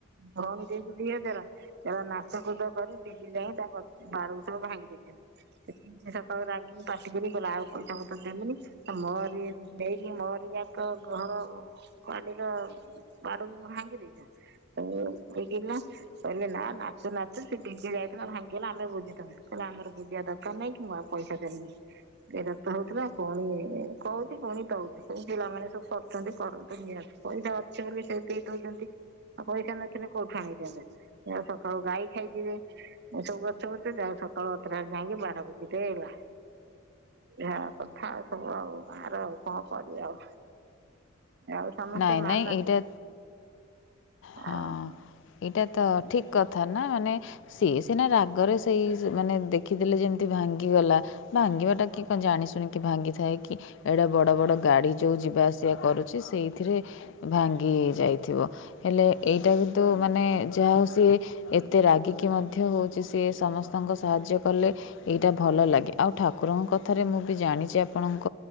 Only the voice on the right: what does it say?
ଭଉଣୀ ଦେଇଚି ଦି ହଜାର। ଚାଲ ନାଚକୁଦ କରି ଦିଲ୍ଲୀ ଯାଇଁ ତା ବାରକୁ ସବୁ ଭାଙ୍ଗି ଦେଇଚନ୍ତି। ସେ ସକାଳୁ ରାଗି ପାଟିିକିରି କହିଲା ଆଉ ପଇସା ପତର ଦେଵିନି ତ ମୋରି ନେଇକି ମୋରିଯାକ ଘର ଵାଡିର ବାଡକୁ ଭାଙ୍ଗି ଦେଇଚ। ତ <unintelligible> କହିଲେ ନା ନାଚୁ ନାଚୁ ସେ ଡିଜେ ଗାଡିର ଭାଙ୍ଗିଗଲା ଆମେ ବୁଝି <unintelligible> କହିଲେ ଆମର ବୁଜିବା ଦରକାର ନାହିଁ କି ମୁଁ ଆଉ ପଇସା ଦେମିନି ଏ ବର୍ଷ ହଉଥିଲା ପୁଣି କୋଉ ପୁଣି ଦଉଚୁ ସବୁ ପିଲାମାନେ ସବୁ କରୁଛନ୍ତି କରନ୍ତୁ ନିଅନ୍ତୁ ପଇସା ଅଛି ବୋଲି ସେ ଦେଇ ଦଉଚନ୍ତି। ଆଉ ପଇସା ନଥିଲେ କୋଉଠୁ ଆଣିକିଦିଅନ୍ତା ମୋ ସକାଳୁ ଗାଈ ଖାଇଯିବେ। ଏ ସବୁ ଗଛ ବୃଛ ଯାହଉ ସକାଳୁ ଅତଟ ଯାଇଁକି ବାଡ ବୁଜିଦେଲା। ଯ କଥା ଆଉ ସବୁ ଆଉ। ବାର ଆଉ କଣ କରିବା ଆଉ? ଆଉ ସମସ୍ତେ
ମାନନ୍ତି
ଆଉ